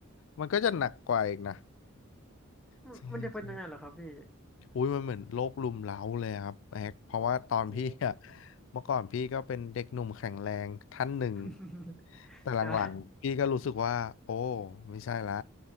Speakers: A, on the left (about 60°); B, in the centre.
A: มันก็จะหนักกว่าอีกนะ
B: มันมันจะเป็นยังไงเหรอครับพี่
A: <laughs> ใช่ใช่อุ้ยมันเหมือนโลกรุมเร้าเลยครับแฮกเพราะว่าตอนพี่อะ
B: โอ้
A: เมื่อก่อนพี่ก็เป็นเด็กหนุ่มแข็งแรงท่านหนึ่ง
B: <laughs>
A: แต่หลังๆพี่ก็รู้สึกว่าโอ้
B: ใช่
A: ไม่ใช่ละ